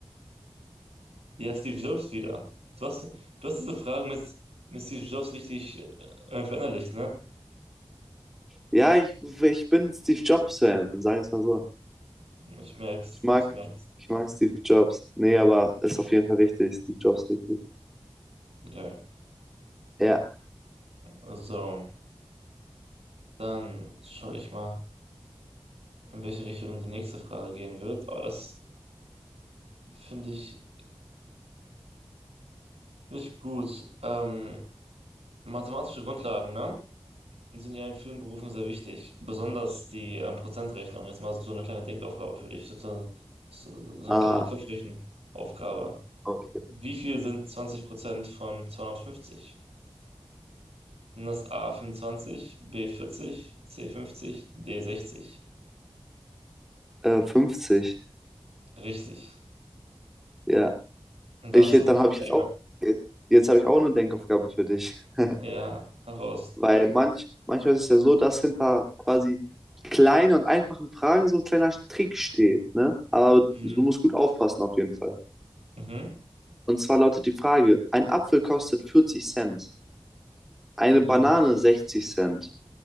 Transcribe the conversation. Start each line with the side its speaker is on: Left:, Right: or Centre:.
Right: ja, Steve Jobs wieder. Du hast, du hast diese Fragen mit, mit Steve Jobs richtig äh, verinnerlicht, ne?
Centre: Ja, ich, ich bin Steve Jobs-Fan, sagen wir es mal so.
Right: Ich merk's,
Centre: Ich mag,
Right: ich merk's.
Centre: ich mag Steve Jobs. Nee, aber ist auf jeden Fall richtig. Steve Jobs richtig.
Right: Okay.
Centre: Ja,
Right: Also, dann schaue ich mal, in welche Richtung die nächste Frage gehen wird. Aber das finde ich, finde ich gut. Ähm, mathematische Grundlagen, ne? sind ja in vielen Berufen sehr wichtig, besonders die ähm, Prozentrechnung. Jetzt mal so eine kleine Denkaufgabe für dich, so, so, so
Centre: ah,
Right: eine kleine Kopfrechenaufgabe.
Centre: okay.
Right: Wie viel sind 20% von 250? Sind das A 25, B 40, C 50, D 60?
Centre: Äh, 50.
Right: Richtig.
Centre: Ja.
Right: Und
Centre: Ich,
Right: da hast du recht.
Centre: dann habe
Right: Probleme.
Centre: ich jetzt auch, jetzt habe ich auch eine Denkaufgabe für dich. <laughs>
Right: Ja, heraus.
Centre: Weil manch, manchmal ist es ja so, dass hinter quasi kleinen und einfachen Fragen so ein kleiner Trick steht, ne? Aber
Right: Mhm.
Centre: du musst gut aufpassen auf jeden Fall.
Right: Mhm.
Centre: Und zwar lautet die Frage, ein Apfel kostet 40 Cent, eine
Right: Mhm.
Centre: Banane 60 Cent